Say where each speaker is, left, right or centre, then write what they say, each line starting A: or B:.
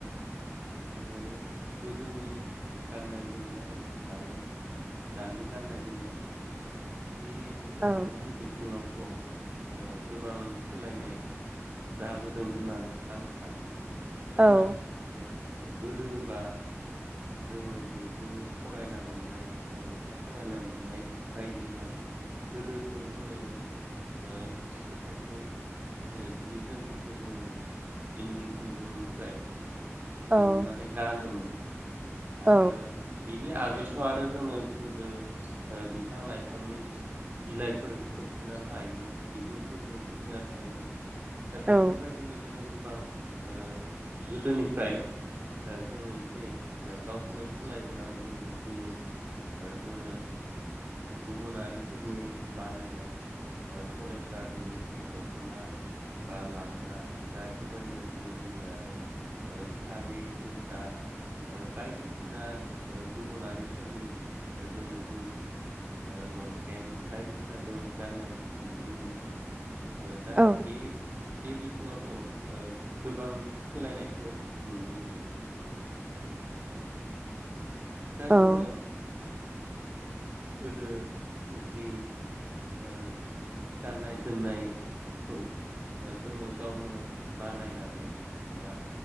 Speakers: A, on the right; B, on the right.
A: ओ गोदोनि गाननाय जोमनाय आरो दानि गाननाय जोमनाय बे
B: औ
A: मोननै बिथिङावथ' ओ गोबां सोलायनाय जाबोदों होननानै आं सानो। दा
B: औ
A: ओ गोदो बा जोङो जिहेथु फरायना मोननाय ओ लेखा फरायना मोननाय बायदिबा गोदोथ' जोङो ओ खायसे खायसे जि जोमफोरखौ जोङो इन्दि खुन्दुंनिफ्राय दिहुननानै
B: औ
A: गानोमोन।
B: औ
A: आरो बिनि आग आगोलथ' आरो जोङो गोदो ओ बिफां लाइफांनि बिलाइफोर खोबथिननानै थायोमोन बिगुरफोरजों खोबथिनानै थायोमोन। दा
B: औ
A: बेफोरबायदिनो जोङो। गोबां ओ गोदोनिफ्राय ओ जोंनि जे ओ गावखोनो सोलायबोनानै जोङो दिनै ओ जोङो गुबुनारिफोरनि बानायनाय ओ पलिस्टारनि दख'ना बा लांगा दा बेफोरबायदिनो जोङो दिनै आरो ओ सारि कुरता ओ बायदिसिना ओ गुबुनारिफोरनि ओ जोङो जिन्स ओ लंपेन्ट बायदिसिना जोङो गाननाय नुनो मोनो। ओ दा
B: औ
A: बि बे बि थिङावथ' ओ गोबां सोलायनायखो नुनो मोनो। दा
B: औ
A: जोङो ओ गोदो जि ओ गाननाय जोमनायखौ ओ जोङो गावनो बानायनानै बा